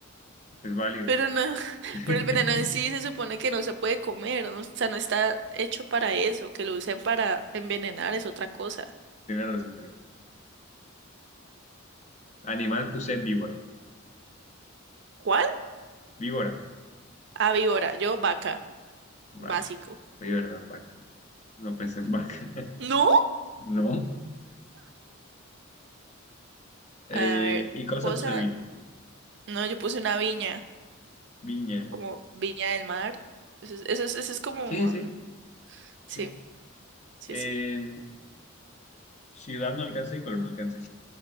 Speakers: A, on the left; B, on the right.
A: Es válido.
B: Pero no, <laughs>
A: <laughs> Tienes
B: pero el veneno en sí se supone que no se puede comer, ¿no? O sea, no está hecho para eso. Que lo usen para envenenar es otra cosa.
A: razón, tienes razón. Animal puse víbora.
B: ¿Cuál?
A: Víbora.
B: Ah, víbora. Yo, vaca.
A: Vaca.
B: Básico.
A: Oye, ¿verdad? Vaca. No pensé en vaca. <laughs>
B: ¿No?
A: No. Eh,
B: A ver,
A: y cosa
B: cosa.
A: puse vino.
B: No, yo puse una viña,
A: Viña.
B: como viña del mar. Eso es, eso es, eso es como
A: Sí,
B: un.
A: sí.
B: Sí,
A: Sí.
B: sí,
A: Eh,
B: sí.
A: ciudad no alcancé y color no alcancé.